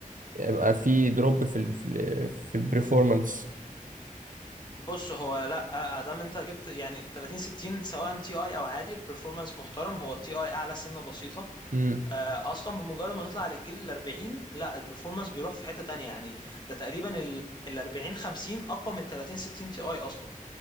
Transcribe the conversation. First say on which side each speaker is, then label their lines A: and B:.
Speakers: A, on the right; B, on the left.
A: هيبقى في دروب في ال... في البرفورمانس
B: بص هو لا ادام انت جبت يعني 30 60 سواء تي اي او عادي البرفورمانس محترم هو التي اي اعلى سنه بسيطه
A: امم
B: آه، اصلا بمجرد ما تطلع للجيل ال 40 لا البرفورمانس بيروح في حته تانية يعني ده تقريبا ال 40 50 اقوى من ال 30 60 تي اي اصلا